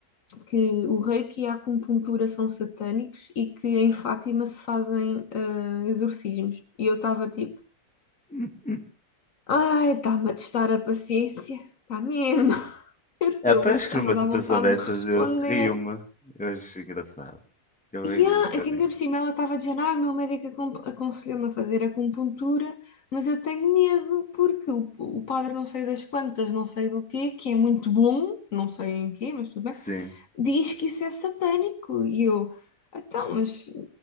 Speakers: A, on the left; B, in the centre.
A: que o reiki e a acupuntura são satânicos e que em Fátima se fazem ah, exorcismos. E eu estava tipo,
B: <laughs>
A: ai, está-me a testar a paciência, está mesmo, <laughs> porque
B: É,
A: eu
B: pois
A: isto está-me
B: que numa
A: a dar
B: situação
A: vontade
B: dessas
A: de responder.
B: eu rio-me. Eu acho engraçado. Eu
A: E
B: rio-me
A: ah,
B: um bocadinho.
A: é que ainda por cima ela estava dizendo, ai, o meu médico acon- aconselhou-me a fazer acupuntura, mas eu tenho medo porque o, o padre não sei das quantas, não sei do quê, que é muito bom, não sei em quê, mas tudo bem
B: Sim.
A: diz que isso é satânico. E eu, então, mas